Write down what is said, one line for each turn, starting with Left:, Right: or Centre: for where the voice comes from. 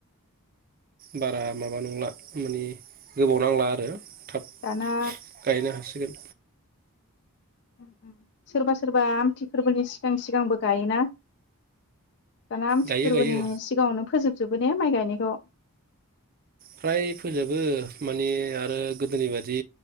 Right: बारा माबा नंला माने गोबाव नांला आरो थाब
Left: दाना
Right: गायनो हासिगोन
Left: उम उम सोरबा सोरबा आमथि फोरबोनि सिगां सिगांबो गायोना दाना आमथि
Right: गायो
Left: फोरबोनि
Right: गायो
Left: सिगाङावनो फोजोब जोबो ने माइ गायनायखौ
Right: फ्राय फोजोबो माने आरो गोदोनि बादि